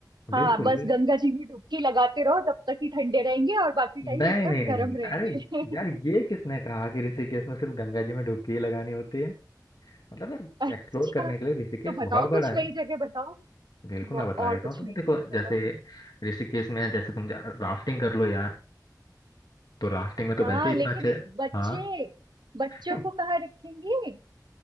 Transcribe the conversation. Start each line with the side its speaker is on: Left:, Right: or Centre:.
Right: हाँ
Left: बिल्कुल
Right: बस
Left: बिल्कुल
Right: गंगा जी में डुबकी लगाते रहो तब तक ही ठंडे रहेंगे और बाकी टाइम
Left: नहीं
Right: एकदम
Left: नहीं नहीं
Right: गर्म
Left: नहीं
Right: रहेंगे
Left: अरे यार
Right: <laughs>
Left: ये किसने कहा कि ऋषिकेश में सिर्फ गंगा जी में डुबकी ही लगानी होती है मतलब यार
Right: अच्छा
Left: एक्सप्लोर करने के लिए ऋषिकेश
Right: तो बताओ
Left: बहुत
Right: कुछ
Left: बड़ा
Right: नई
Left: है
Right: जगह बताओ
Left: बिल्कुल
Right: व-
Left: मैं बता
Right: और
Left: देता
Right: कुछ
Left: हूँ तुम्हें
Right: नई
Left: देखो
Right: जगह
Left: जैसे
Right: बताओ
Left: ऋषिकेश में जैसे तुम राफ्टिंग कर लो यार तो राफ्टिंग में तो
Right: हाँ
Left: वैसे ही इतना
Right: लेकिन
Left: अच्छा
Right: बच्चे
Left: हाँ
Right: बच्चों
Left: नहीं,
Right: को कहाँ रखेंगे